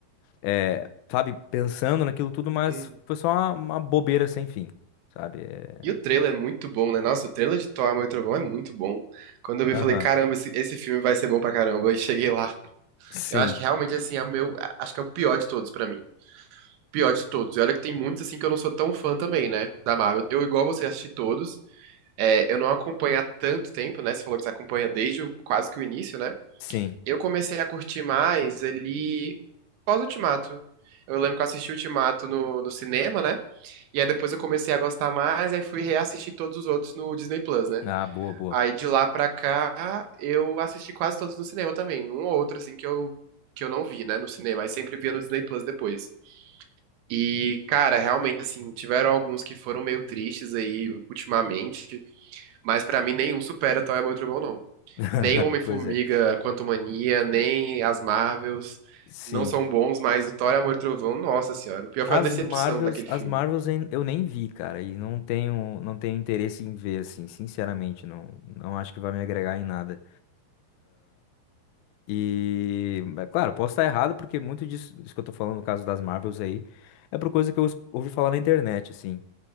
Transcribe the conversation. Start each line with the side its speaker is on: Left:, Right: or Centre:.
Left: é, sabe, pensando naquilo tudo, mas
Right: Hum.
Left: foi só uma, uma bobeira sem fim, sabe? É,
Right: E o trailer é muito bom, né? Nossa, o trailer de Thor, Amor e Trovão é muito bom. Quando eu vi,
Left: Aham.
Right: eu falei, caramba, esse, esse filme vai ser bom pra caramba. E cheguei lá.
Left: Sim,
Right: Eu acho que realmente, assim, é o meu... Acho que é o pior de todos pra mim. Pior de todos. E olha que tem muitos, assim, que eu não sou tão fã também, né? Da Marvel. Eu, igual você, assisti todos. É, eu não acompanho há tanto tempo, né? Você falou que você acompanha desde o- quase que o início, né?
Left: sim.
Right: Eu comecei a curtir mais ali pós-Ultimato. Eu lembro que eu assisti Ultimato no, no cinema, né? E aí depois eu comecei a gostar mais, aí fui reassistir todos os outros no Disney Plus, né?
Left: Ah, boa, boa.
Right: Aí de lá pra cá, eu assisti quase todos no cinema também. Um ou outro, assim, que eu, que eu não vi, né, no cinema. Aí sempre via no Disney Plus depois. E, cara, realmente, assim, tiveram alguns que foram meio tristes aí ultimamente. Mas pra mim nenhum supera Toy Amor e Trovão, não.
Left: <laughs>
Right: Nem o Homem-Formiga,
Left: Pois é.
Right: Quantumania, nem as Marvels
Left: Sim.
Right: não são bons, mas o Thor, Amor e Trovão, nossa senhora. O pior foi
Left: As
Right: a decepção
Left: Marvels,
Right: daquele
Left: as
Right: filme.
Left: Marvels em- eu nem vi, cara, e não tenho, não tenho interesse em ver, assim, sinceramente, não, não acho que vai me agregar em nada. E, é claro, posso estar errado, porque muito disso, disso que eu tô falando no caso das Marvels aí, é por coisa que eu ouvi falar na internet, assim.